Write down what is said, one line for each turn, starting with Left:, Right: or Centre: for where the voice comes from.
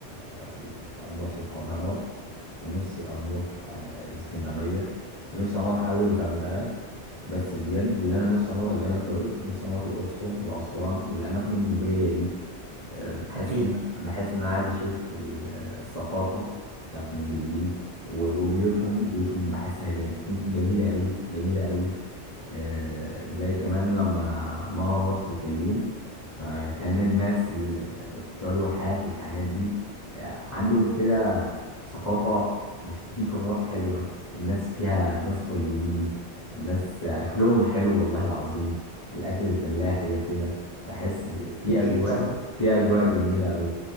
Left: ال- اروح القاهره ونفسي اروح آه، الاسكندريه نفسي اروح قوي الغردقه بس بجد اللي انا نفسي اروح زي ما انت قلت نفسي اروح الاقصر واسوان والاماكن النوبيه دي آه، بحس
Right: أكيد
Left: ان انا بحس ان انا عايز اشوف ال- آه، الثقافه بتاعت النوبيين و- وبيوتهم بيوتهم بحسها جا- جميله قوي جميله قوي آه، زي كمان لما مرة رحت الفيوم فكان الناس ال- بتوع الواحات والحاجات دي آه، عندهم كده ثقافة بتديك روح حلوة الناس فيها ناس طيبين الناس أكلهم حلو والله العظيم الأكل الفلاحي ده كده بحس في
Right: أكيد
Left: أجواء
Right: طبعا
Left: في أجواء جميلة أوي